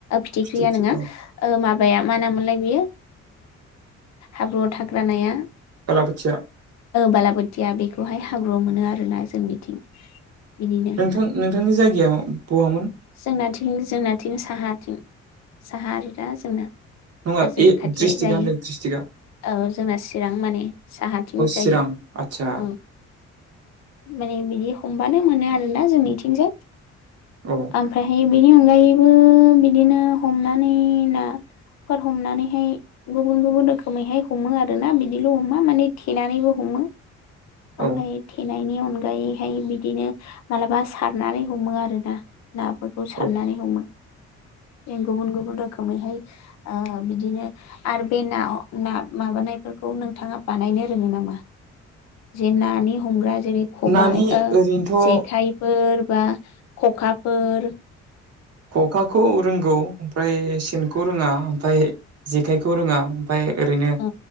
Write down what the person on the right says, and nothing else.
फिथिख्रि
औ
बालाबोथिया
नोंथां नोंथांनि जायगायाव बहामोन
नङा
ए
ड्रिस्टिकआ
नै द्रिस्टिरिकआ
अ
चिरां आदसा
औ
औ
औ
नानि ओरैनोथ'
खखाखौ रोंगौ ओमफ्राय सेनखौ रोङा ओमफ्राय जेखायखौ रोङा ओमफ्राय ओरैनो